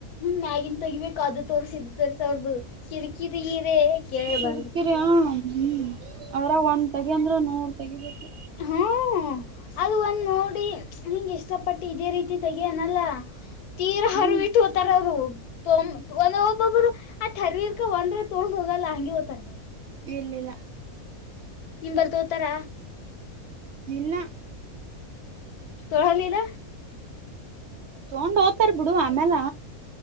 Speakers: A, on the left; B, on the right.
A: ಮ್ಯಾಗಿನ್ ತೆಗಿಬೇಕಾದ ತೋರ್ಸಿದರ್ ಸ ಅವ್ರದ ಕಿರಿಕಿರಿ ಕೇಳೇ
B: ಕಿರಿಕಿರಿ
A: ಬಾರಬದು
B: ಹ್ಮ್ ಅದ್ರ ಒಂದ್ ತೆಗಿ ಅಂದ್ರೆ ನೂರ್ ತೆಗಿಬೇಕು
A: ಹ್ಮ್ ಅದು ಒಂದ್ ನೋಡಿ ನಿಂ ಇಷ್ಟಪಟ್ಟು ಇದೇ ರೀತಿ ತೆಗಿಯನಲ್ಲ ತೀರ ಹರ
B: ಹ್ಮ್
A: ಇಟ್ಕೋತಾರೋರು ಒಂದ ಒಬ್ಬೊಬ್ರು ಆ ಟರರ್ಕ ಒಂದ್ರೆ ತೊಗೊಂಡು ಹೋಗಲ್ಲ ಹಂಗಗೆ ಹೋಗ್ತಾರ
B: ಇಲ್ಲಿಲ್ಲ
A: ನಿಮ್ ಬಾಲಿ ತೋಗೊಥರ
B: ಇಲ್ಲ
A: ತೊಳಲಿಲ್ಲ
B: ತಗೊಂಡ್ ಹೋಗ್ತಾರ ಬಿಡು ಆಮೇಲೆ